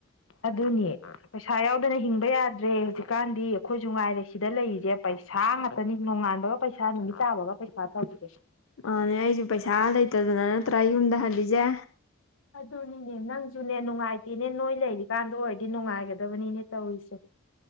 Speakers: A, on the left (about 70°); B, on the left (about 85°).
A: ꯑꯗꯨꯅꯤ ꯄꯩꯁꯥ ꯌꯥꯎꯗꯅ ꯍꯤꯡꯕ ꯌꯥꯗ꯭ꯔꯦ ꯍꯧꯖꯤꯛꯀꯥꯟꯗꯤ ꯑꯩꯈꯣꯏꯁꯨ ꯉꯥꯏꯔꯦ ꯁꯤꯗ ꯂꯩꯔꯤꯁꯦ ꯄꯩ- ꯁꯥ ꯉꯥꯛꯇꯅꯤ ꯅꯣꯡꯉꯥꯟꯕꯒ ꯄꯩꯁꯥ ꯅꯨꯃꯤꯠ ꯇꯥꯕꯒ ꯄꯩꯁꯥ ꯇꯧꯔꯤꯁꯦ
B: ꯑꯅꯦ ꯑꯩꯁꯨ ꯄꯩꯁꯥ ꯂꯩꯇꯗꯅ ꯅꯠꯇ꯭ꯔꯥ ꯌꯨꯝꯗ ꯍꯜꯂꯤꯁꯦ
A: ꯑꯗꯨꯅꯤꯅꯦ ꯅꯪꯁꯨꯅꯦ ꯅꯨꯡꯉꯥꯏꯇꯦꯅꯦ ꯅꯣꯏ ꯂꯩꯔꯤꯀꯥꯟꯗ ꯑꯣꯏꯔꯗꯤ ꯅꯨꯡꯉꯥꯏꯒꯗꯕꯅꯤꯅꯦ ꯇꯧꯔꯤꯁꯦ